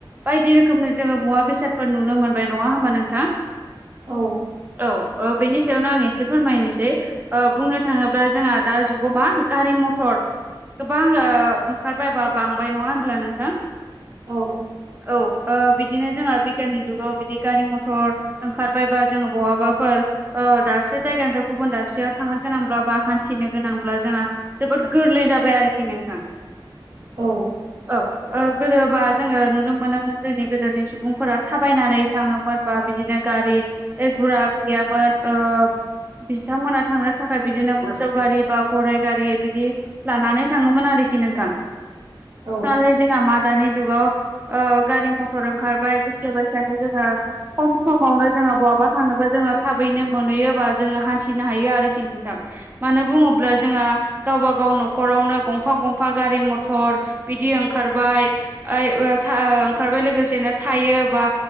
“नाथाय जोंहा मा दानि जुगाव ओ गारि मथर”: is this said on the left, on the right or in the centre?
Right